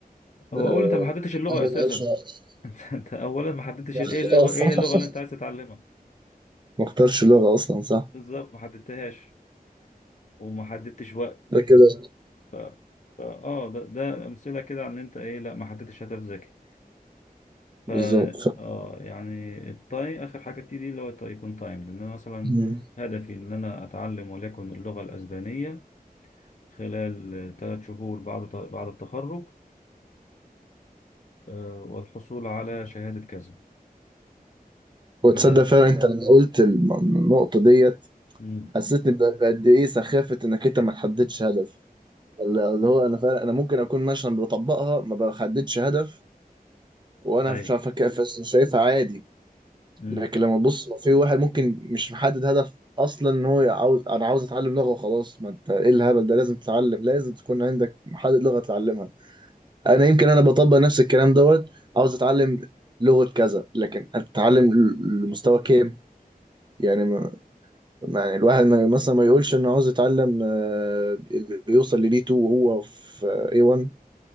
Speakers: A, on the left (about 50°); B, on the right (about 30°).
A: هو
B: آه،
A: اولا انت ما حددتش اللغة
B: أنا
A: اساسا
B: ما قلتش-
A: <laughs> انت انت اولا ما حددتش
B: ما اخت-
A: ايه اللغة
B: آه، صح.
A: ايه اللغة اللي انت عايز تتعلمها
B: ما اختارش لغة أصلا صح؟
A: بالظبط ما حددتهاش وما حددتش وقت
B: ده كده
A: ف... ف... اه ده ده امثلة كده عن ان انت ايه لا ما حددتش هدف ذكي ف
B: بالظبط ف...
A: اه يعني التاي اخر حاجه تيجي اللي هو التاي يكون تايم لان انا مثلا
B: مم.
A: هدفي ان انا اتعلم وليكن اللغه الاسبانيه خلال ثلاث شهور بعد بعد التخرج آه، والحصول على شهاده كذا
B: وتصدق
A: يبقى ده
B: فعلا أنت لما قلت الم- النقطة ديت
A: مم.
B: حسيتني ب- بقد إيه سخافة إنك أنت
A: <laughs>
B: ما تحددش هدف اللي اللي هو أنا فعلا أنا ممكن أكون مثلا بطبقها ما بحددش هدف وأنا
A: اي
B: شايفها شايفها عادي
A: امم
B: لكن لما تبص لو في واحد ممكن مش محدد هدف اصلا ان هو عاوز انا عاوز اتعلم لغه وخلاص ما انت ايه الهبل ده لازم تتعلم لازم تكون عندك محدد لغه تتعلمها انا يمكن انا بطبق نفس الكلام دوت عاوز اتعلم لغه كذا لكن اتعلم ل- لمستوى كام يعني ما ما- يعني الواحد ما مثلا ما يقولش انه عاوز يتعلم آه، يوصل للي 2 وهو في اي 1